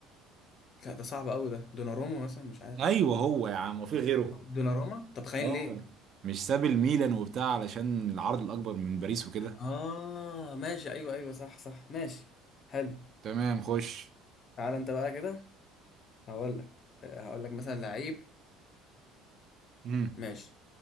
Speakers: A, on the left; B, on the right.
A: لا ده صعب قوي ده دوناروما مثلا مش عارف
B: ايوه هو يا عم وفي غيره
A: دوناروما طب خاين
B: اه
A: ليه
B: مش ساب الميلان وبتاع علشان العرض الاكبر من باريس وكده
A: اه ماشي ايوه ايوه صح صح ماشي حلو
B: تمام خش
A: تعالى انت بقى كده هقول لك آه، هقول لك مثلا لعيب
B: امم
A: ماشي